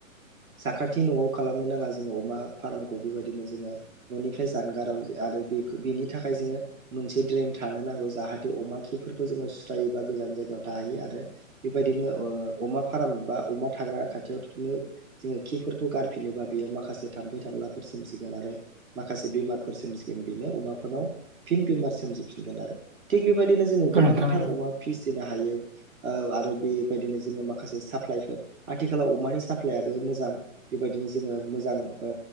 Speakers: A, on the right (about 85°); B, on the right (about 35°).
A: साखाथि न'आव खालामनो नाङा जोङो अमा फार्मखौ बेबायदिनो जोङो न'निफ्राय जानगाराव आरो बे बेनि थाखाय जोङो मोनसे ड्रेन थानो नांगौ जाहाथे अमा खिफोरखौ जोङो सुस्रायोबा गोजान जायगायाव थाहैयो आरो बेबायदिनो ओ अमा फार्म बा अमा थाग्रा खाथियावनो जोङो खिफोरखौ गारफिनोबा बेयाव माखासे थाम्फै थाम लाफोर सोमजिगोन आरो माखासे बेमारफोर सोमजिगोन बेनो अमाफोरनाव फिन बेमार सोमजिफिनगोन। आरो थिग बेबायदिनो जोङो
B: औ
A: गोबांथार
B: नोंथां औ
A: अमा फिसिनो हायो ओ आरो‌ बेबायदिनो जोङो माख खासे साप्लाायफोर आथिखालाव अमानि साप्लायाबो मोजां बेबायदिनो जोङो मोजां ओ